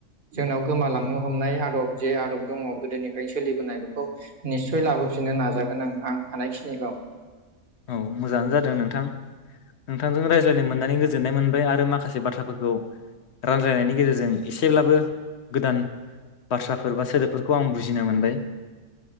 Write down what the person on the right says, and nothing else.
जोंनाव गोमालांनो
हमनाय आदब जे आदब दङ गोदोनिफ्रायनो सोलिबोनाय बेखौ निस्सय लाबोफिननो नाजागोन आं आं हानायखिनिखौ